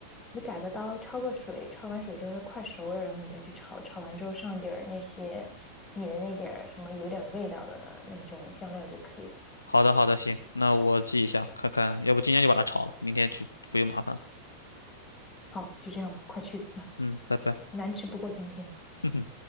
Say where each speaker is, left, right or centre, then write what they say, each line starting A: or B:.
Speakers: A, on the left; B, on the left.
A: 你改个刀，焯个水，焯完水之后它快熟了，然后你再去炒，炒完之后上点儿那些你的那点儿什么有点味道的那种酱料就可以了。
B: 好的，好的，行，那我记一下，看看，要不今天就把它炒了，明天就不用麻烦了。
A: 好，就这样吧，快去，<laughs>
B: 嗯，拜拜。
A: 难吃不过今天。
B: <laughs> 哼哼。